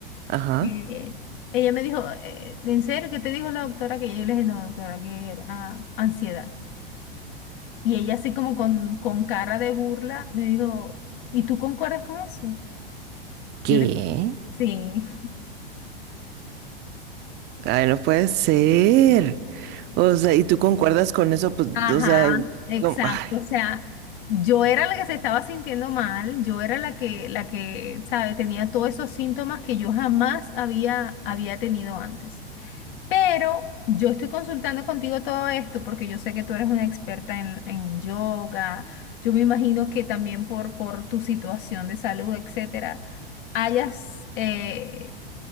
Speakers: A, on the right; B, on the left.
A: Ajá.
B: eh, ella me dijo, eh, ¿en serio qué te dijo la doctora? Que yo le dije, no, doctora, que era ansiedad. Y ella así como con, con cara de burla me dijo, ¿y tú concuerdas con eso?
A: ¿Qué?
B: Yo le dije, sí.
A: Ay, no puede ser. O sea, ¿y tú concuerdas con eso? Pues,
B: Ajá,
A: o sea,
B: exacto.
A: como- ay,
B: O sea, yo era la que se estaba sintiendo mal, yo era la que, la que, ¿sabes? Tenía todos esos síntomas que yo jamás había, había tenido antes. Pero yo estoy consultando contigo todo esto porque yo sé que tú eres una experta en, en yoga. Yo me imagino que también por, por tu situación de salud, etcétera, hayas, eh,